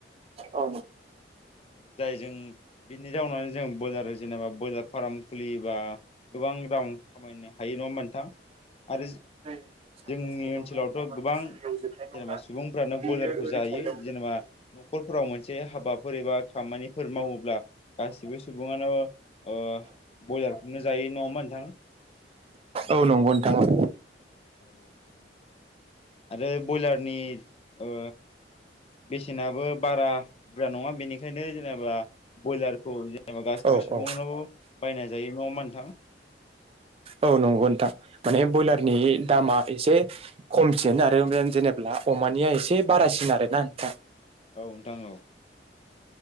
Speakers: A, on the right; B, on the left.
A: औ।
B: जाय जों बिनि जाउनाव जों बयलार जेनेबा बयलार फार्म खुलियोबा गोबां रां खामायनो हायो। नङा होनबा नोंथां? आरो
A: <inaudible>
B: जोंनि ओनसोलावथ'
A: माबा
B: गोबां
A: दं जोबनाय दंना
B: जेनेबा सुबुंफ्रानो
A: बेयो
B: ब्रयलारखौ
A: ओरै
B: जायो
A: साइदाव
B: जेनेबा न'खर फोराव मोनसे हाबाफोर एबा खामानिफोर मावोब्ला गासिबो सुबुङानो ओ ब्रयलारखौनो जायो नङामा नोंथां?
A: औ नंगौ नोंथां।
B: <inaudible> आरो बयलारनि ओ बेसेनाबो बारा बुरजा नङा बेनिखायनो जेनेबा ब्रयलारखौ जेनेबा गासिबो
A: औ
B: सुबुङानो
A: औ
B: बायना जायो। नङा होनबा नोंथां?
A: औ नंगौ नोंथां माने ब्रयलारनि
B: औ
A: दामा एसे खमसिन आरो ओ जेनेब्ला अमानिया एसे बारासिन आरो ना नोंथां।
B: औ नोंथां औ।